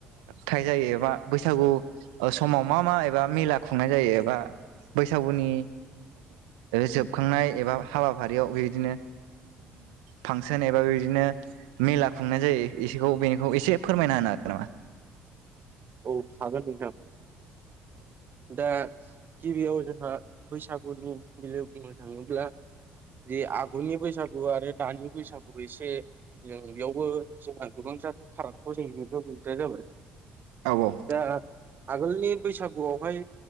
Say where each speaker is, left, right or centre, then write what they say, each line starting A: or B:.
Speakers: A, on the right; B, on the right.
A: थाइ जायोबा बैसागु समाव मा मा एबा मेला खुंनाय जायो एबा बैसागुनि जोबखांनाय एबा हाबाफारियाव बेबायदिनो फांसन एबा बे बिदिनो मेला खुंनाय जायो एखौ बेनिखौ एसे फोरमायना होनो हागोन नामा?
B: औ हागोन नोंथां दा गिबियाव जोंहा बैसागुनि मिलो बुंनो थाङोब्ला। बे आगुनि बैसागु आरो दानि बैसागु एसे। जों बेयावबो जोंहा गोबांथार फारागखौ जों नुनो मोननाय जाबाय।
A: औ औ।
B: दा आगोलनि बैसागुआवहाय